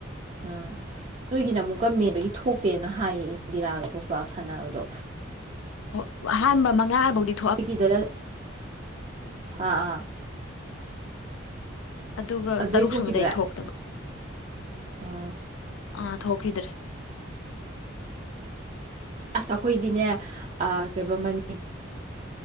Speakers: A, on the right; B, on the left.
A: ꯑꯥ ꯅꯣꯏꯒꯤꯅ ꯑꯃꯨꯛ ꯀꯝꯃꯦꯕꯒꯤ ꯊꯣꯛꯇꯦꯅ ꯍꯥꯏꯌꯦ ꯏꯟꯗꯤꯔꯥꯒ ꯄꯣꯠꯁꯄꯥ ꯁꯥꯟꯅꯕꯗꯣ
B: ꯑꯣ ꯑꯍꯥꯟꯕ ꯃꯉꯥꯕꯨꯗꯤ
A: ꯑꯩꯒꯤꯗꯗ ꯑꯥ ꯑꯥ
B: ꯑꯗꯨꯒ
A: ꯑꯗꯨꯗꯩ
B: ꯇꯔꯨꯛ
A: ꯊꯣꯛꯈꯤꯗ꯭ꯔꯦ
B: ꯁꯨꯕꯗ ꯑꯩ ꯊꯣꯛꯇꯕ
A: ꯑꯥ
B: ꯑꯥ ꯊꯣꯛꯈꯤꯗ꯭ꯔꯦ
A: ꯑꯁ ꯑꯩꯈꯣꯏꯗꯤꯅꯦ ꯀꯩ